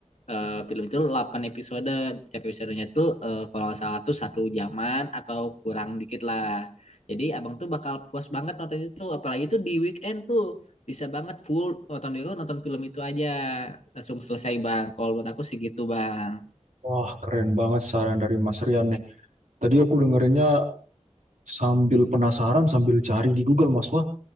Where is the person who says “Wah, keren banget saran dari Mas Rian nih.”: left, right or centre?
Right